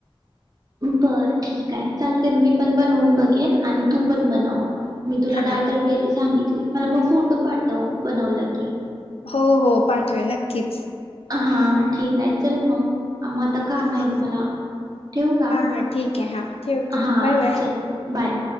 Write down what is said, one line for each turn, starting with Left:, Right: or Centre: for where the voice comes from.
Right: बर ठीक आहे चालतंय मी पण बनवून बघेन आणि तू पण बनव मी तुला
Left: हा
Right: डाळतडक्याची सांगितली. मला मग फोटू पाठव बनवला की.
Left: हो, हो पाटवेन नक्कीच.
Right: हा ठीके चल मग म आता कामयत
Left: हा हा
Right: मला ठेवू का
Left: हा ठीक आहे हा ठेवते
Right: हा
Left: बाय बाय.
Right: चल बाय